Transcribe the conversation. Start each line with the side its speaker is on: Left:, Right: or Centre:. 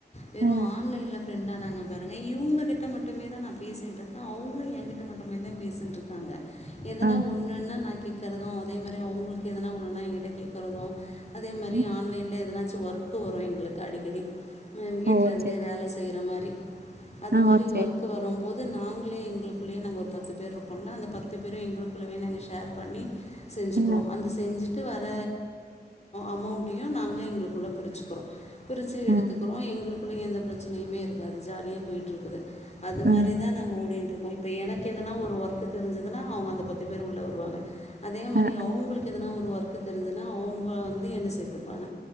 Left: வெறு
Right: அ,
Left: ஆன்லைன்ல ப்ரண்டானாங்க பார் <unintelligible> இவுங்ககிட்ட மட்டுமே தா நா பேசிட்டு இருக்கே அவுங்க எகிட்ட மட்டுமே தா பேசிட்யிருக்காங்க எதுனா
Right: ஆ,
Left: ஒண்ணுன்னா நான் கே கேக்கறதோ அதே மாரி அவங்களுக்கு எதனா ஒன்ணுனா எகிட்ட கேக்கறதோ அதே மாரி
Right: அ,
Left: ஆன்லைன்ல எதுன ஒர்க்கு வரோ எங்களுக்கு அடிக்கடி ம் வீட்லருந்தே
Right: ஓ சரி.
Left: வேல செய்றா மாரி அது
Right: ஆ,
Left: மாரி
Right: ஓ சரி.
Left: ஒர்க்கு வரும்போ அது நாங்ளே எங்களுக்குள்ளேயே நாங்க ஒரு பத்து பேர் இருக்கோல்ல அந்த பத்து பேரு எங்களுக்குள்ளேயே நாங்க ஷேர் பண்ணி செஞ்சுக்கிறோ
Right: ஆ,
Left: அந்த செஞ்சு <unintelligible> வர அமோண்ட்டையு நாங்ளே எங்களுக்குள்ளே பிரிச்சிக்கிறோ பிரிச்சி எடுத்துக்கிறோ
Right: ஓ,
Left: எங்களு <unintelligible> எந்த பிரச்சனையுமே இருக்காது ஜாலியா போய்ட்டுருக்குது அது மாரிதா
Right: ஆ,
Left: நாங்க ஓடின் இருக்கோம் இப்ப எனக்கு எதனா ஒரு ஒர்க்கு தெரிஞ்சுதுனா அவங்க அந்த பத்து பேர் உள்ள வருவாங்க அதே மாரி
Right: அ, அ,
Left: அவங்களுக்கு எதனா ஒ ஒர்க்கு தெரிஞ்சுதுனா அவங்கள வந்து என்ன சேத்துப்பாங்க